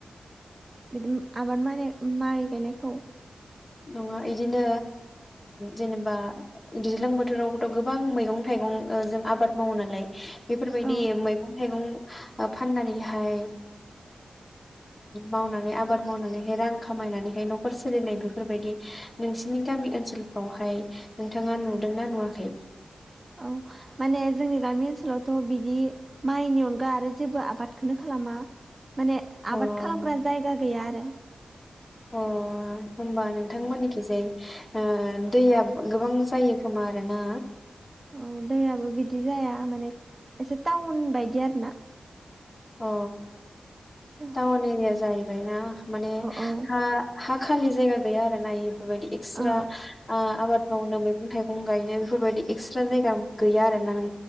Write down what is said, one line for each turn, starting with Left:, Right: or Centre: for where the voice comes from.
Right: बिदि आबाद माने माइ गायनायखौ
Left: नङा इदिनो जेनेबा दैज्लां बोथोरावथ' गोबां मैगं थाइगं जों आबाद मावो नालाय बेफोरबायदि
Right: औ
Left: मैगं थाइगं फाननानैहाय मावनानै आबाद मावनानैहाय रां खामायनानैहाय न'खर सोलिनाय बेफोर बेबायदि नोंसिनि गामि ओनसोलफ्रावहाय नोंथाङा नुदोंना नुवाखै
Right: औ माने जोंनि गामि ओनसोलावथ' बिदि माइनि अनगा आरो जेबो आबादखौनो खालामा माने
Left: अ
Right: आबाद खालामग्रा जायगा गैया आरो
Left: अ होमबा नोंथांमोननिखिजाय ओ दैया गोबां जायो खोमा आरोना?
Right: औ दैयाबो बिदि जाया माने एसे टाउन बायदि आरो ना
Left: अ
Right: औ
Left: टाउन एरिया जाहैबायना माने
Right: औ
Left: हा- हा खालि जायगा गैया आरोना बेफोरबायदि एक्सट्रा
Right: ओ
Left: आ-आबाद मावनो मैगं थाइगं गायनो बेफोरबायदि एक्सट्रा जायगा गैया आरोना नों